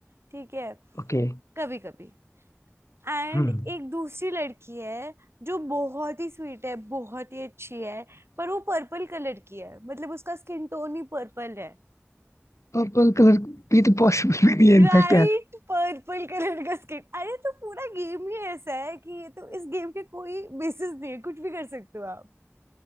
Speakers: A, on the right; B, on the left.
A: ठीक है
B: Okay
A: कभी कभी एंड
B: Hmm
A: एक दूसरी लड़की है जो बहुत ही स्वीट है बहुत ही अच्छी है पर वो पर्पल कलर की है मतलब उसका स्किन टोन ही पर्पल है
B: Purple colour भी तो पॉसिबल भी नहीं है
A: ब्राइट
B: इनफैक्ट यार
A: पर्पल कलर का स्किन अरे तो पूरा गेम ही ऐसा है कि ये तो इस गेम के कोई बेसिस नहीं है कुछ भी कर सकते हो आप